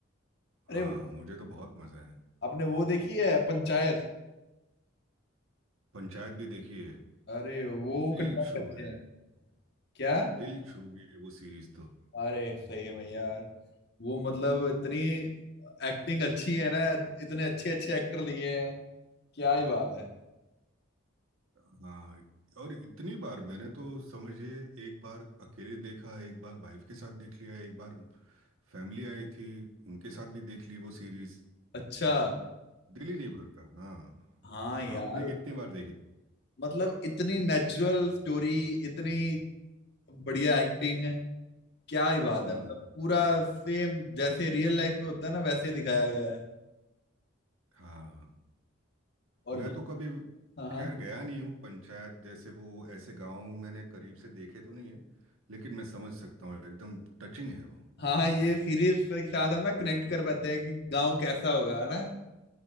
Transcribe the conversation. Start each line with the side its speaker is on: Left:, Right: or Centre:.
Left: अरे
Right: हाँ मुझे तो बहुत मजा आया
Left: आपने वो देखी है पंचायत
Right: पंचायत भी देखिए
Left: अरे वो
Right: दिल
Left: कंटेंट
Right: छूए
Left: अच्छे हैं क्या
Right: दिल छू गए वो सीरीज तो
Left: अरे सही में यार वो मतलब इतनी एक्टिंग अच्छी है ना इतने अच्छे अच्छे एक्टर लिए हैं क्या ही बात है
Right: हाँ और इतनी बार मैंने तो समझिए एक बार अकेले देखा एक बार वाइफ के साथ देख लिया एक बार फैमिली आई थी उनके साथ भी देख ली वो सीरीज
Left: अच्छा
Right: दिल ही नहीं भरता हाँ
Left: हाँ यार
Right: आपने कितनी बार देखी
Left: मतलब इतनी नेचुरल स्टोरी इतनी बढ़िया एक्टिंग क्या ही बात
Right: हम्म
Left: है मतलब पूरा सेम जैसे रियल लाइफ में होता है ना वैसे ही दिखाया गया है
Right: हाँ
Left: और
Right: मैं
Left: ज-
Right: तो कभी
Left: हाँ हाँ
Right: खैर गया नहीं हूँ पंचायत जैसे वो ऐसे गांव मैंने करीब से देखे तो नहीं है लेकिन मैं समझ सकता हूँ एकदम टचिंग है वो
Left: हाँ हाँ ये सीरीज के साथ हम ना कनेक्ट कर पाते हैं कि गांव कैसा होगा है ना